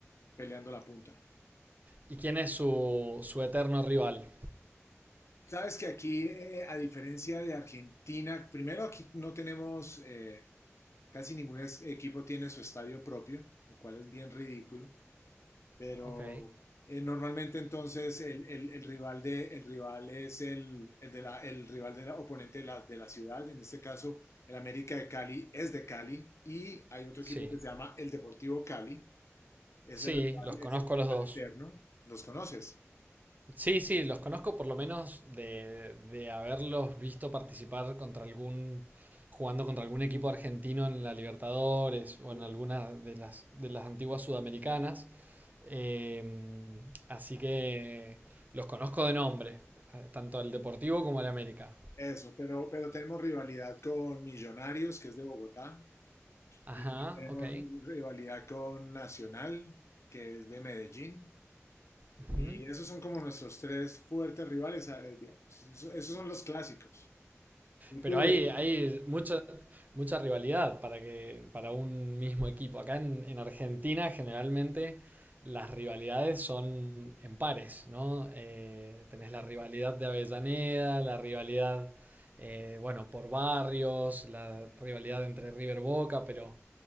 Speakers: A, on the left (about 65°); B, on the right (about 35°).
A: peleando la punta.
B: ¿Y quién es su, su eterno rival?
A: Sabes que aquí, eh, a diferencia de Argentina, primero aquí no tenemos, eh, casi ningún es- equipo tiene su estadio propio, lo cual es bien ridículo. Pero
B: Ok.
A: eh, normalmente entonces el, el- el rival de, el rival es el, el de la- el rival del oponente de la, de la ciudad. En este caso, el América de Cali es de Cali y hay otro
B: Sí.
A: equipo que se llama el Deportivo Cali. Es
B: Sí,
A: el rival,
B: los conozco
A: es el rival
B: a los dos.
A: eterno. ¿Los conoces?
B: Sí, sí, los conozco por lo menos de, de haberlos visto participar contra algún, jugando contra algún equipo argentino en la Libertadores o
A: Sí.
B: en alguna de las, de las antiguas sudamericanas. Eh, así que los conozco de nombre, tanto al Deportivo como al América.
A: Eso, pero, pero tenemos rivalidad con Millonarios, que es de Bogotá.
B: Ajá,
A: Y tenemos
B: ok.
A: rivalidad con Nacional, que es de Medellín.
B: Ujú.
A: Y esos son como nuestros tres fuertes rivales, ¿sabes? digamos. Esos, esos son los clásicos. ¿Y
B: Pero
A: tú,
B: hay, hay mucha, mucha rivalidad para que, para un mismo equipo. Acá en, en Argentina generalmente las rivalidades son en pares, ¿no? Eh, tenés la rivalidad de Avellaneda, la rivalidad, eh, bueno, por barrios, la rivalidad entre River Boca, pero,